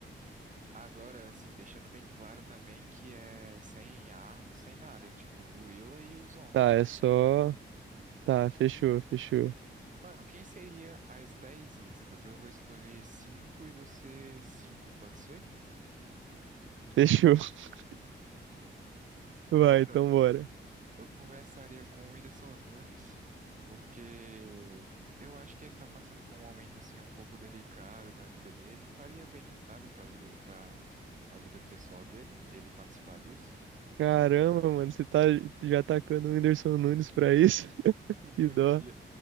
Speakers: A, on the right (about 40°); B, on the right (about 80°).
A: Agora, assim, deixando bem claro também que é sem armas, sem nada. Tipo, o gorila e os homens
B: Tá,
A: lá,
B: é só.
A: sem. Isso.
B: Tá, fechou, fechou.
A: Mano, quem seria as 10 iscas? Eu vou escolher 5 e você 5, pode ser?
B: Fechou. <laughs> Vai,
A: Mano,
B: então bora.
A: Eu começaria com o Whindersson Nunes, porque eu acho que ele tá passando por um momento assim um pouco delicado na vida dele. Faria bem, sabe, para vida, para a vida pessoal dele, ele participar disso.
B: Caramba, mano, você tá já atacando o Whindersson Nunes pra isso? <laughs>
A: <laughs>
B: Que dó.
A: De-